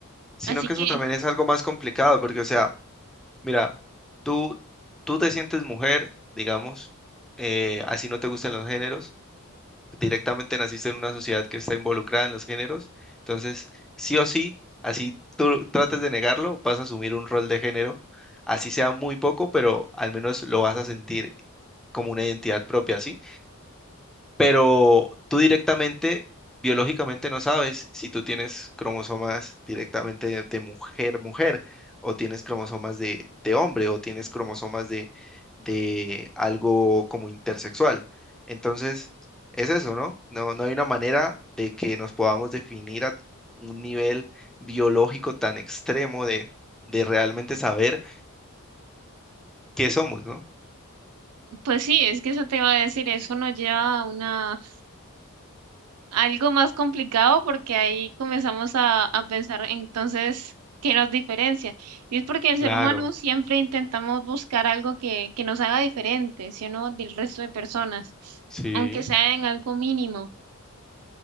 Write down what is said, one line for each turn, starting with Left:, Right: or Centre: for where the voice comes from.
Centre: Sino
Right: Así
Centre: que
Right: que,
Centre: eso también es algo más complicado, porque, o sea, mira, tú, tú te sientes mujer, digamos, eh, así no te gustan los géneros, directamente naciste en una sociedad que está involucrada en los géneros, entonces, sí o sí, así tú trates de negarlo, vas a asumir un rol de género, así sea muy poco, pero al menos lo vas a sentir como una identidad propia, ¿sí? pero tú directamente, biológicamente no sabes si tú tienes cromosomas directamente de, de mujer, mujer, o tienes cromosomas de, de hombre, o tienes cromosomas de, de algo como intersexual. Entonces, es eso, ¿no? No, no hay una manera de que nos podamos definir a un nivel biológico tan extremo de, de realmente saber qué somos, ¿no?
Right: pues sí, es que eso te iba a decir, eso nos lleva a una algo más complicado porque ahí comenzamos a, a pensar entonces qué nos diferencia. Y es porque el ser
Centre: Claro,
Right: humano siempre intentamos buscar algo que, que nos haga diferente, ¿sí o no? Del resto de personas,
Centre: sí.
Right: aunque sea en algo mínimo.